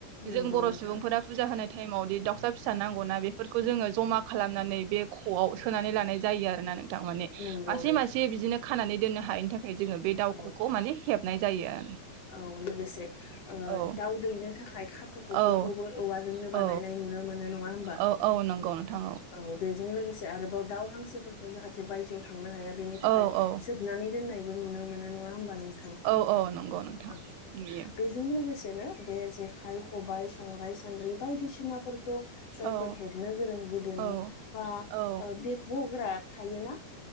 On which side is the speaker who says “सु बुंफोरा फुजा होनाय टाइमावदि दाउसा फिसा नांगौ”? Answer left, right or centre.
Right